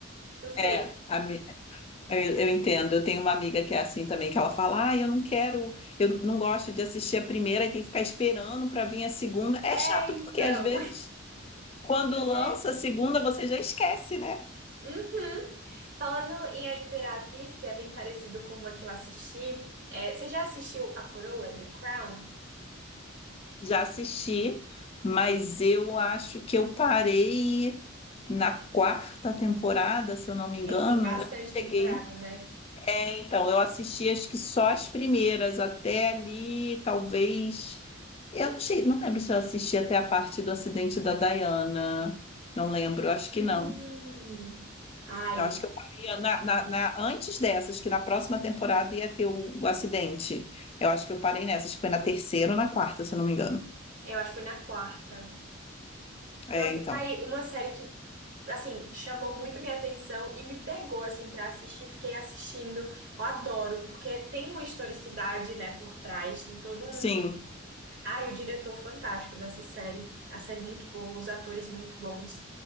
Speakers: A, on the right (about 60°); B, on the left (about 30°).
A: Não sei.
B: É, a mi- eu, eu entendo. Eu tenho uma amiga que é assim também, que ela fala: Ah, eu não quero, eu não gosto de assistir a primeira e tem que ficar esperando para vir a segunda. É
A: É,
B: chato,
A: então.
B: porque às vezes, quando
A: <laughs>
B: lança a segunda, você já esquece, né?
A: Uhum. Falando em A Imperatriz, que é bem parecido com uma que eu assisti, é, você já assistiu A Coroa, The Crown?
B: Já assisti, mas eu acho que eu parei. na quarta temporada, se eu não me engano,
A: É que tem bastante
B: eu cheguei.
A: temporada, né?
B: É, então, eu assisti acho que só as primeiras, até ali, talvez. Eu não, cheguei, não lembro se eu assisti até a parte do acidente da Diana. Não lembro, acho que
A: Hum.
B: não.
A: Ai,
B: Eu acho que eu parei na, na, na- antes dessas, que na próxima temporada ia ter o, o acidente. Eu acho que eu parei nessas, que foi na terceira ou na quarta, se eu não me engano.
A: eu acho que foi na quarta.
B: É,
A: Nossa,
B: então.
A: tá aí uma série que, assim, chamou muito minha atenção e me pegou, assim, pra assistir. Fiquei assistindo. Eu adoro, porque tem uma historicidade, né, por trás. Tem todo um
B: Sim,
A: Ah, e o diretor fantástico dessa série. A série muito boa, os atores muito bons.